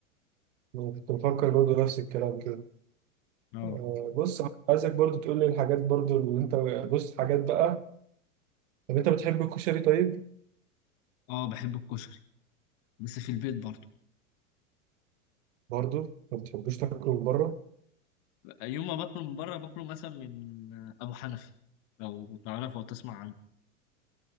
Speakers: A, on the right; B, on the left.
A: كنت مفكر برضو نفس الكلام كده
B: اه
A: آه، بص عايزك برضو تقول لي الحاجات برضو اللي أنت بص حاجات بقى طب أنت بتحب الكشري طيب
B: اه بحب الكشري بس في البيت برضه
A: برضو ما بتحبوش تاكله من بره
B: يوم ما باكله من بره باكله مثلا من آه، ابو حنفي لو تعرفه او تسمع عنه